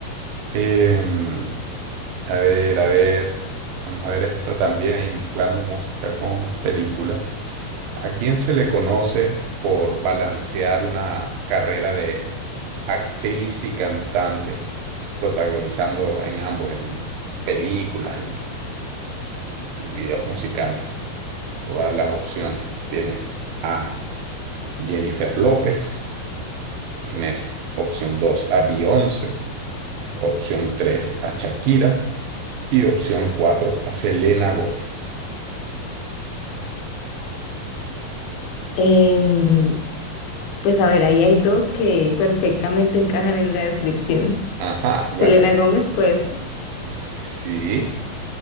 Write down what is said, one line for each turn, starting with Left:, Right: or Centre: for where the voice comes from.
Right: Em, a ver, a ver. Vamos a ver esta también ahí mezclando música con películas. ¿A quién se le conoce por balancear una carrera de actriz y cantante, protagonizando en ambos, en películas y, y videos musicales? Te voy a dar las opciones. Tienes a Jennifer López. Tienes opción 2 a Beyoncé, opción 3 a Shakira y opción 4 a Selena Gómez.
Left: Em, pues a ver, ahí hay dos que perfectamente encajan en la descripción.
Right: Ajá, bueno,
Left: Selena Gómez, pues,
Right: sí.